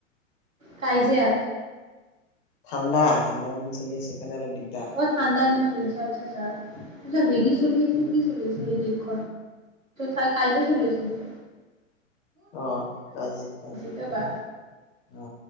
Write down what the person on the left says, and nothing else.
ঠাণ্ডা ঠাণ্ডা দিন চলি আছে সেইকাৰণে অলপ দিগদাৰ
উম
অ তাজ তাজি
অ